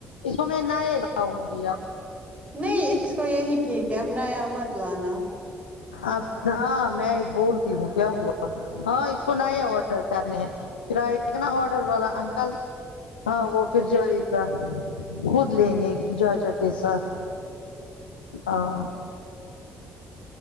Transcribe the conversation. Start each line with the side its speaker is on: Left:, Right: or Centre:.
Left: اس کو میں نئے لاؤں گی آپ
Right: نہیں اس کو یہی ٹھیک ہےنایا مت لانا
Left: اب ہاں میں بولتی ہوں کیا ہوا ہاں اس کو نہ آڈر کرنے ہیں پھر اتنا آڈر والا انکل ہاں وہ پھر جائے خود لینے ججا کے ساتھ ہاں